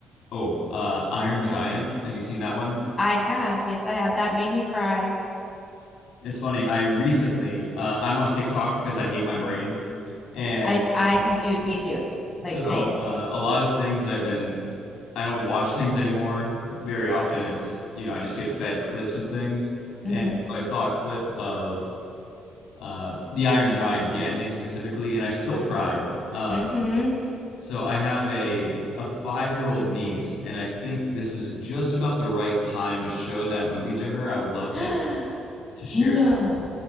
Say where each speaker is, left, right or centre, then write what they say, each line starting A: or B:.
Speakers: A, on the left; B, on the left.
A: oh, uh, Iron Giant. Have you seen that one?
B: I have, yes, I have. That made me cry.
A: It's funny. I recently uh, I'm on TikTok because I hate my brain, and
B: I I dude, me too.
A: so
B: Like same.
A: uh, a lot of things that I've been I don't watch things anymore very often. It's you know I just get fed clips of things, and
B: Mm-hmm.
A: so I saw a clip of uh, The Iron Giant, the ending specifically, and I still cried. Uh,
B: Mm-hmm.
A: so I have a a five-year-old niece, and I think this is just about the right time to show that movie to her. I would love
B: <gasps>
A: to to share.
B: No.